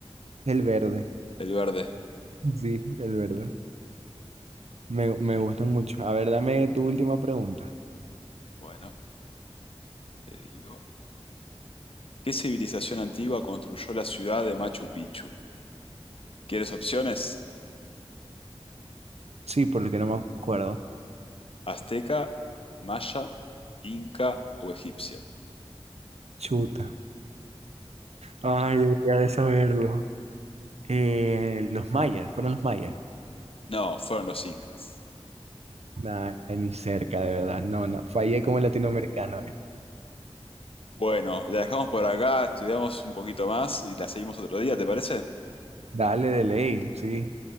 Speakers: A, on the right; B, on the left.
A: el verde.
B: El verde.
A: Sí, el verde. Me, me gustan mucho. A ver, dame tu última pregunta.
B: Bueno, te digo. ¿Qué civilización antigua construyó la ciudad de Machu Picchu? ¿Quieres opciones?
A: Sí, porque no me acuerdo.
B: ¿Azteca, maya, inca o egipcia?
A: Chuta. Ay, debería de saberlo. Eh, los mayas, fueron los mayas.
B: No, fueron los incas.
A: Nah, ni cerca, de verdad. No, no, fallé como latinoamericano ahí.
B: Bueno, la dejamos por acá, estudiamos un poquito más y la seguimos otro día, ¿te parece?
A: Dale de ley, sí.